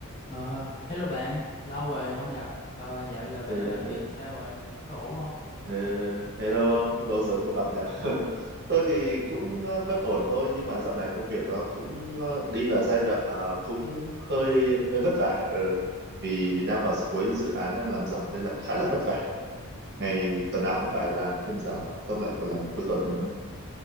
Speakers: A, on the left (about 25°); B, on the right (about 50°).
A: Ờ, hello bạn, lâu rồi không gặp. Ờ, dạo giờ bạn
B: Ừ,
A: làm việc
B: ừ,
A: sao rồi? Có ổn không?
B: ừ. hello ông, lâu rồi không gặp nhỉ? <laughs>
A: Dạ.
B: Tôi thì cũng ờ, vẫn ổn thôi nhưng mà dạo này công việc nó cũng ờ, đi vào giai đoạn ờ, cũng hơi hơi vất vả ừ. Vì đang vào cuối dự án đang làm giỏ nên là cũng khá là vất vả.
A: Ừ,
B: Ngày tuần nào cũng phải làm thêm giờ xong lại còn làm cuối tuần nữa.